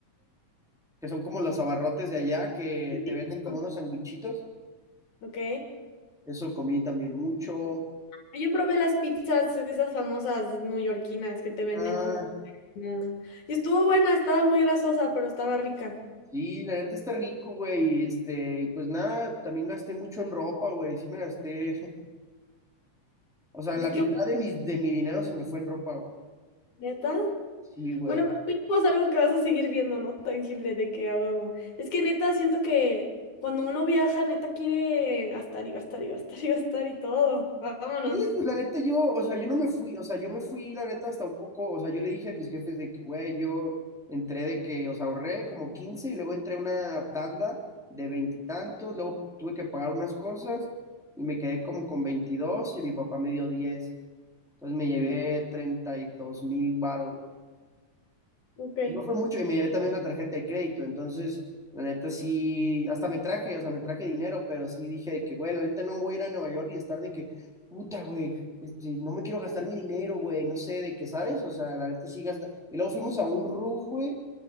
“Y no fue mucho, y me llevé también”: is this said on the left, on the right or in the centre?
Centre